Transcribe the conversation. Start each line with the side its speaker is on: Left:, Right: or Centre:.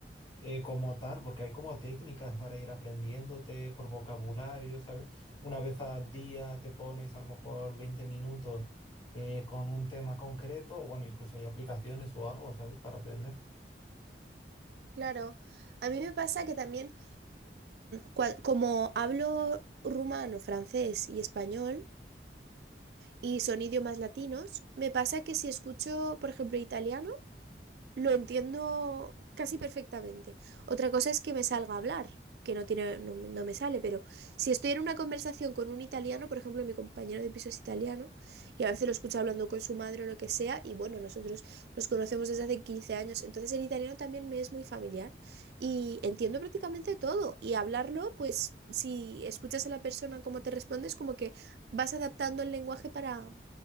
Left: eh, como tal, porque hay como técnicas para ir aprendiéndote por vocabulario, ¿sabes? Una vez al día te pones a lo mejor 20 minutos eh, con un tema concreto, bueno, incluso hay aplicaciones o algo, ¿sabes? Para aprender.
Right: Claro, a mí me pasa que también... Cua- Como hablo rumano, francés y español, y son idiomas latinos, me pasa que si escucho, por ejemplo, italiano, lo entiendo casi perfectamente. Otra cosa es que me salga a hablar, que no tiene, no, me no me sale, pero si estoy en una conversación con un italiano, por ejemplo, mi compañero de piso es italiano, y a veces lo escucho hablando con su madre o lo que sea, y bueno, nosotros nos conocemos desde hace 15 años, entonces el italiano también me es muy familiar y entiendo prácticamente todo. Y hablarlo, pues si escuchas a la persona cómo te responde, es como que vas adaptando el lenguaje para,